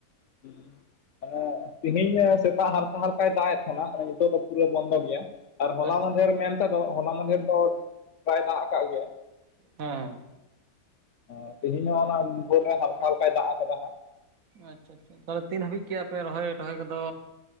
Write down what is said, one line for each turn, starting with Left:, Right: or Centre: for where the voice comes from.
Left: ᱦᱩᱸ᱾ ᱢᱟᱱᱮ ᱛᱮᱦᱤᱧ ᱦᱚ ᱥᱮᱛᱟᱜ ᱦᱟᱞᱠᱟ ᱦᱟᱞᱠᱟᱭ ᱫᱟᱜ ᱮᱫ ᱛᱟᱦᱮᱸᱱᱟ ᱢᱟᱱᱮ ᱱᱤᱛᱚᱜ ᱫᱚ ᱯᱩᱨᱟᱹ ᱵᱚᱱᱫᱚ ᱜᱮᱭᱟ ᱾ ᱟᱨ ᱦᱚᱞᱟ
Right: ᱟᱪᱪᱷᱟ
Left: ᱢᱫᱷᱮᱨ ᱢᱮᱱ ᱛᱮᱫᱚ ᱦᱚᱞᱟ ᱢᱟᱦᱫᱷᱮᱨ ᱫᱚ ᱵᱟᱭ ᱫᱟᱜ ᱠᱟᱜ ᱜᱮᱭᱟ ᱾
Right: ᱦᱮᱸ ᱦᱮᱸ᱾
Left: ᱮᱸ ᱛᱮᱦᱤᱧ ᱦᱚ ᱚᱱᱟ ᱵᱷᱳᱨ ᱨᱮ ᱦᱟᱞᱠᱟ ᱦᱟᱞᱠᱟᱭ ᱫᱟᱜ ᱠᱟᱫᱟ ᱦᱟᱸᱜ ᱾
Right: ᱟᱪᱪᱷᱟ ᱟᱪᱪᱷᱟ ᱛᱟᱦᱚᱞᱮ ᱛᱤᱱ ᱦᱟᱹᱵᱤᱡ ᱠᱷᱮᱜ ᱟᱯᱮ ᱨᱚᱦᱚᱭ ᱨᱚᱦᱚᱭ ᱠᱚᱫᱚ?